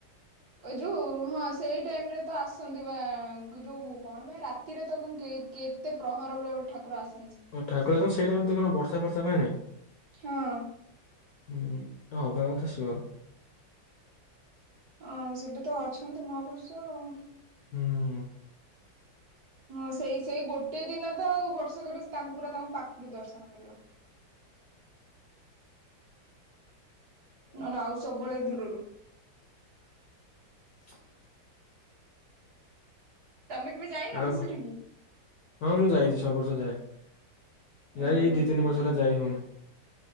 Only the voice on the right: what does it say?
ଅଇ ଯୋଉ ହଁ ଆସ୍ ସେଇ ଟାଇମରେ ତ ଆସନ୍ତି ବା କ ଯୋଉ କଣ ବା ରାତିରେ ତ କଁ କେ କେ ତେ ପ୍ରହର ବେଳେ ଗୋଟେ ଠାକୁର ଆସେ
ହଁ
ଅଁ ସେଟି ତ ଅଛନ୍ତି ମହାପୁରୁଷ ଆଉଁ।
ହଁ ସେଇ ସେଇ ଗୋଟେ ଦିନ ତ ଆଉ ବର୍ଷକଟୁ ତାଙ୍କୁ ପୁରା ତାଙ୍କ ପାଖୁରୁ ଦର୍ଶନ କରିବ। ନହେଲେ ଆଉ ସବୁବେଳେ ଦୂରୁରୁ।
ତମେ କେବେ ଯାଇନ
କି ସେଠିକି?
ଓହୋ